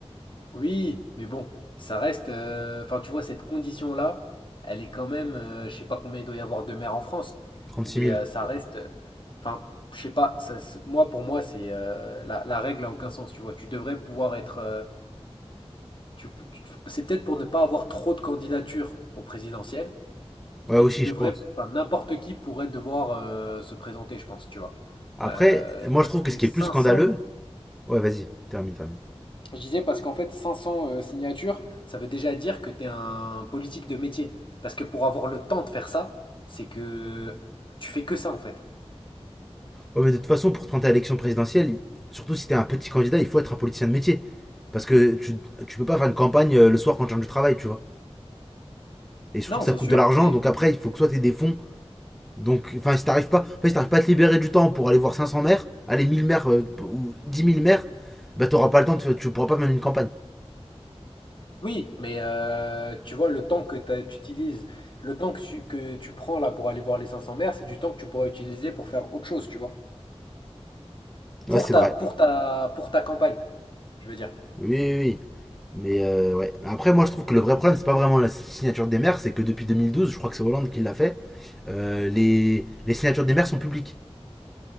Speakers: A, on the left (about 50°); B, in the centre.
A: Oui, mais bon, ça reste. euh, Enfin, tu vois, cette condition-là, elle est quand même. euh, je sais pas combien il doit y avoir de maires en France,
B: Trente-six
A: mais
B: mille.
A: euh, ça reste. euh, Enfin, je sais pas. ça se- moi, pour moi, c'est euh, la, la règle n'a aucun sens. Tu vois, tu devrais pouvoir être. euh, tu, tu- c'est peut-être pour ne pas avoir trop de candidatures au présidentiel,
B: Ouais,
A: mais
B: aussi,
A: tu devrais.
B: je pense.
A: Enfin, n'importe qui pourrait devoir euh, se présenter, je pense. Tu vois,
B: Après,
A: Euh,
B: moi,
A: parce
B: je trouve
A: que
B: que ce qui
A: 500
B: est plus scandaleux. Ouais, vas-y, termine, termine.
A: Je disais parce qu'en fait, 500 euh, signatures, ça veut déjà dire que tu es un politique de métier. Parce que pour avoir le temps de faire ça, c'est que tu fais que ça en fait.
B: Ouais, mais de toute façon, pour te présenter à l'élection présidentielle, il- surtout si t'es un petit candidat, il faut être un politicien de métier. Parce que tu, tu peux pas faire une campagne euh, le soir quand tu changes de travail, tu vois. Et surtout
A: Non,
B: que ça
A: c'est
B: coûte
A: sûr,
B: de l'argent,
A: mais
B: donc après, il faut que soit t'aies des fonds. Donc, enfin, si t'arrives pas, en fait, si t'arrives pas à te libérer du temps pour aller voir 500 maires, aller 1000 maires euh, ou dix mille maires, bah t'auras pas le temps, de- tu pourras pas mener une campagne.
A: oui, mais euh, tu vois, le temps que t'as- tu utilises, le temps que tu, que tu prends là pour aller voir les 500 maires, c'est du temps que tu pourrais utiliser pour faire autre chose, tu vois. Pour
B: Ouais, c'est
A: ta,
B: vrai.
A: pour ta, pour ta campagne, je veux dire.
B: Oui, oui, oui. Mais euh, ouais. Après, moi, je trouve que le vrai problème, c'est pas vraiment la signature des maires, c'est que depuis 2012, je crois que c'est Hollande qui l'a fait, euh, les, les signatures des maires sont publiques.